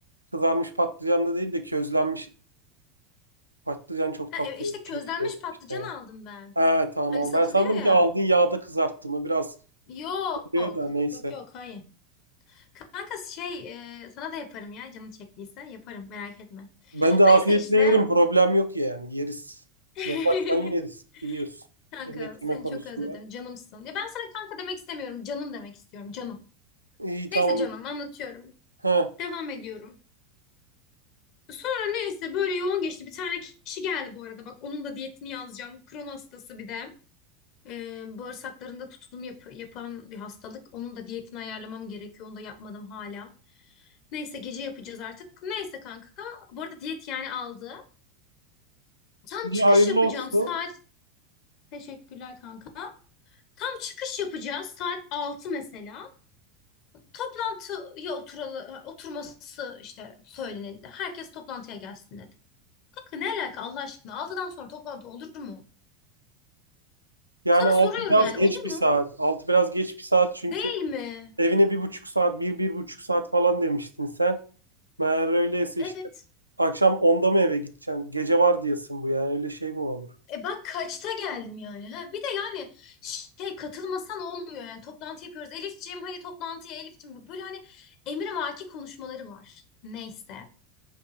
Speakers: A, on the right; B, on the left.
A: kızarmış patlıcan da değil de közlenmiş patlıcan çok
B: Ha,
A: tatlı
B: e, işte
A: oluyor.
B: közlenmiş
A: Çok iyi oluyor
B: patlıcan
A: işte.
B: aldım ben.
A: He tamam.
B: Hani satılıyor
A: Ben sandım
B: ya.
A: ki aldın yağda kızarttın. O biraz
B: Yok.
A: diyor da neyse.
B: Yok yok hayır. Kanka şey e, sana da yaparım ya canın çektiyse yaparım merak etme.
A: Ben de afiyetle
B: Neyse işte.
A: yerim. Problem yok yani. Yeriz.
B: <laughs>
A: Yaparsan yeriz. Biliyorsun.
B: Kanka
A: Yemek
B: seni
A: yeme konusunda.
B: çok özledim. Canımsın. Ya ben sana kanka demek istemiyorum. Canım demek istiyorum. Canım.
A: İyi tamam.
B: Neyse canım anlatıyorum.
A: He.
B: Devam ediyorum. Sonra neyse böyle yoğun geçti. Bir tane kişi geldi bu arada. Bak onun da diyetini yazacağım. Kron hastası bir de. Ee, bağırsaklarında tutulum yap yapan bir hastalık. Onun da diyetini ayarlamam gerekiyor. Onu da yapmadım hala. Neyse gece yapacağız artık. Neyse kanka. Bu arada diyet yani aldı. Tam
A: İyi
B: çıkış
A: hayırlı
B: yapacağım
A: olsun.
B: saat. Teşekkürler kanka. Tam çıkış yapacağız saat 6 mesela. Toplantıya oturalı, oturması işte söylenildi. Herkes toplantıya gelsin dedi. Kanka ne alaka Allah aşkına? altıdan sonra toplantı olur mu?
A: Yani
B: Sana
A: altı
B: soruyorum
A: biraz
B: yani
A: geç
B: olur
A: bir
B: mu?
A: saat. Altı biraz geç bir saat çünkü
B: Değil mi?
A: Evine bir buçuk saat, bir, bir buçuk saat falan demiştin sen. Meğer öyleyse
B: Evet.
A: işte akşam onda mı eve gideceksin? Gece var diyesin bu yani öyle şey mi olur?
B: E bak kaçta geldim yani. Ha, bir de yani şey katılmasan olmuyor yani. Toplantı yapıyoruz. Elifciğim hadi toplantıya Elifciğim. Böyle hani emrivaki konuşmaları var. Neyse.